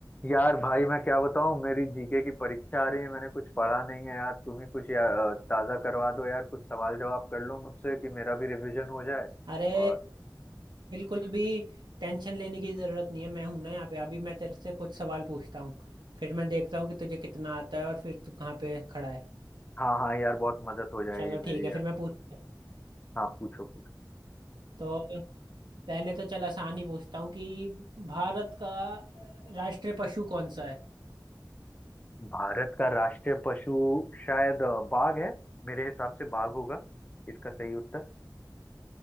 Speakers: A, on the left; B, on the right.
A: यार भाई मैं क्या बताऊं मेरी जीके की परीक्षा आ रही है मैंने कुछ पढ़ा नहीं है यार तुम ही कुछ या, अ, ताज़ा करवा दो यार कुछ सवाल जवाब कर लो मुझसे कि मेरा भी रिवीजन हो जाए
B: अरे
A: और
B: बिल्कुल भी टेंशन लेने की जरूरत नहीं है मैं हूं ना यहाँ पे अभी मैं तेरे से कुछ सवाल पूछता हूँ फिर मैं देखता हूँ कि तुझे कितना आता है और फिर तू कहाँ पे खड़ा है
A: हाँ हाँ यार बहुत मदद हो जाएगी
B: चलो
A: मेरी
B: ठीक है
A: यार
B: फिर मैं पूछता हूँ।
A: हाँ पूछो पूछो
B: तो पहले तो चल आसान ही पूछता हूँ कि भारत का अ, राष्ट्रीय पशु कौन सा है
A: भारत का राष्ट्रीय पशु शायद अ, बाघ है मेरे हिसाब से बाघ होगा इसका सही उत्तर